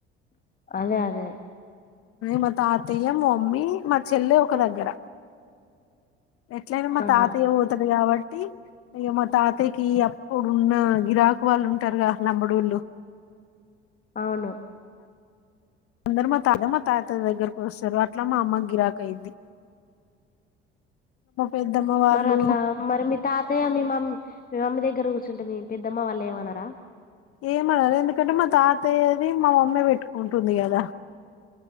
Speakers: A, on the left; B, on the left.
A: అదే అదే
B: మా తాతయ్య మా మమ్మీ మా చెల్లె ఒక దగ్గర ఏట్లయిన మా
A: ఆహా
B: తాతయ్య వోతడు కాబట్ ట్టి ఇగ మా తాతయ్యకి అప్పుడు ఉన్న గిరాకు వాళ్ళు ఉంటరుగా లంబడోళ్ళు
A: అవును
B: అందరు మా తాత మా తాత దగ్గరకు వస్తారు అట్లా మా అమ్మక్ గిరాక్ అయిద్ది పెద్దమ్మ వాళ్ళు
A: మరి అట్లా మరి మీ తాతయ్య మీ మ మమ్మీ దగ్ గ్గర కూర్చుంటే మీ పెద్దమ్మ వాళ్ళు ఏమనరా
B: ఏమనరు ఎందుకంటే మా తాత తయ్యది మా మమ్మే పెట్టుకుంటుంది కదా